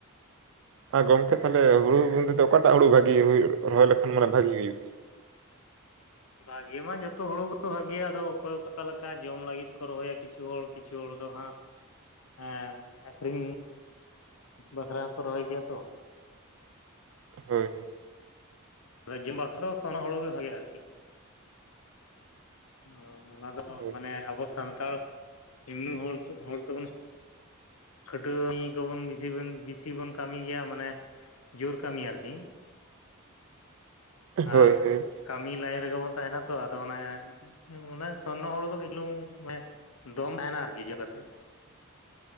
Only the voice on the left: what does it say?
ᱵᱷᱟᱜᱮ ᱢᱟ ᱡᱚᱛᱚ ᱦᱩᱲᱩ ᱜᱮ ᱵᱷᱟᱜᱮᱭᱟ, ᱟᱫᱚ ᱚᱠᱚᱭ ᱚᱠᱟ ᱞᱮᱠᱟ ᱡᱚᱢ ᱞᱟᱹᱜᱤᱫ ᱠᱚ ᱨᱚᱦᱚᱭᱟ ᱠᱤᱪᱷᱩ ᱦᱚᱲ ᱾ ᱠᱤᱪᱷᱩ ᱦᱚᱲ ᱫᱚ ᱦᱟᱸᱜ ᱮᱸ ᱟᱹᱠᱷᱨᱤᱧ ᱼᱼ ᱵᱟᱠᱷᱨᱟ ᱦᱚᱸᱠᱚ ᱨᱚᱦᱚᱭ ᱜᱮᱭᱟ ᱛᱚ।
ᱟ <unintelligible> ᱡᱤᱢ <unintelligible> ᱵᱟᱠᱷᱨᱟ ᱫᱚ ᱥᱳᱱᱰᱚ <unintelligible> ᱦᱩᱲᱩ ᱜᱮ ᱵᱷᱟᱜᱮᱭᱟ ᱟᱨᱠᱤ। ᱚᱻ ᱚᱱᱟ ᱫᱚ
ᱢᱟᱱᱮ ᱟᱵᱚ ᱥᱟᱱᱛᱟᱲ ᱮᱢᱱᱤ ᱦᱚᱲ ᱦᱚᱲ ᱛᱮᱵᱚᱱ ᱼᱼ ᱠᱷᱟᱹᱴᱣᱟᱹᱱᱤ ᱠᱚᱵᱚᱱ ᱵᱮᱥᱤ ᱵᱮᱱ, ᱵᱮᱥᱤ ᱵᱚᱱ ᱠᱟᱹᱢᱤ ᱜᱮᱭᱟ, ᱢᱟᱱᱮ ᱼᱼ ᱡᱳᱨ ᱠᱟᱹᱢᱤ ᱟᱨᱠᱤ।
ᱟᱨ
ᱠᱟᱹᱢᱤ ᱞᱟᱭᱤᱱ ᱨᱮᱜᱮ ᱵᱚᱱ ᱛᱟᱦᱮᱱᱟ ᱛᱚ ᱟᱫᱚ ᱚᱱᱮ ᱢᱟᱱᱮ ᱥᱚᱨᱱᱚ ᱦᱩᱲᱩ ᱫᱚ ᱠᱟᱹᱡ ᱪᱩᱞᱩᱝ ᱢᱟᱱᱮ ᱫᱚᱢ ᱛᱟᱦᱮᱱᱟ ᱟᱨᱠᱤ <unintelligible> ᱠᱟᱛᱮ।